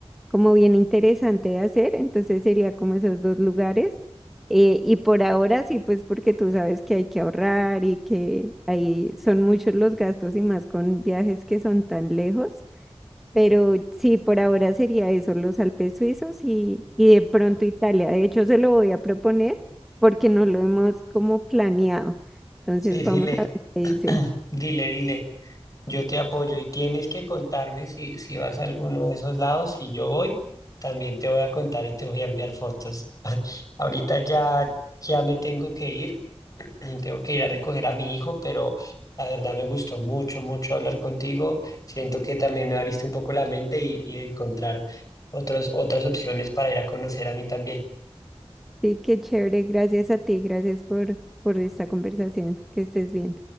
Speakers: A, in the centre; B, on the left.
A: como bien interesante de hacer. Entonces sería como esos dos lugares. Eh, y por ahora sí, pues porque tú sabes que hay que ahorrar y que ahí son muchos los gastos y más con viajes que son tan lejos. Pero sí, por ahora sería eso, los Alpes suizos y, y de pronto Italia. De hecho, se lo voy a proponer porque no lo hemos como planeado. Entonces,
B: Sí, dile,
A: vamos a ver qué dice.
B: dile, dile. Yo te apoyo y tienes que contarme si, si vas a alguno de esos lados. Si yo voy, también te voy a contar y te voy a enviar fotos. <laughs> Ahorita ya, ya me tengo que ir <clears throat> Tengo que ir a recoger a mi hijo, pero la verdad me gustó mucho, mucho hablar contigo. Siento que también me abriste un poco la mente y, y encontrar otras, otras opciones para ir a conocer a mí también.
A: Sí, qué chévere. Gracias a ti, gracias por, por esta conversación. Que estés bien.